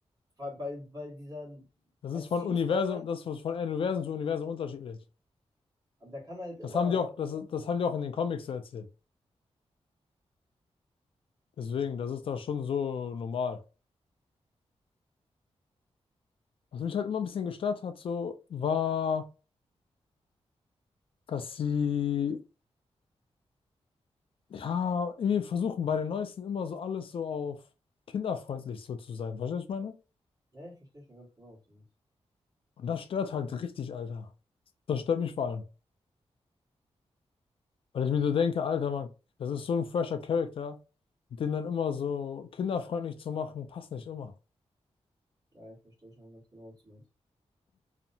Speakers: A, on the right (about 35°); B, on the left (about 55°).
A: Weil, weil, weil dieser
B: das
A: MCU-Spider-Man,
B: ist von Universum, das ist von Universum zu Universum unterschiedlich.
A: aber der kann halt immer,
B: Das haben die auch, das,
A: ich sag,
B: das haben die auch in den Comics so erzählt. Deswegen,
A: ja,
B: das ist da schon so normal. Was mich halt immer ein bisschen gestört hat, so, war, dass sie Ja, irgendwie versuchen bei den Neuesten immer so alles so auf kinderfreundlich so zu sein. Verstehst du, was ich meine?
A: ja, ich verstehe schon ganz genau, was du meinst.
B: Und das stört halt richtig, Alter. Das stört mich vor allem. Weil ich mir so denke, Alter, Mann, das ist so ein fresher Charakter. Den dann immer so kinderfreundlich zu machen, passt nicht immer.
A: Ja, ich verstehe schon ganz genau, was du meinst.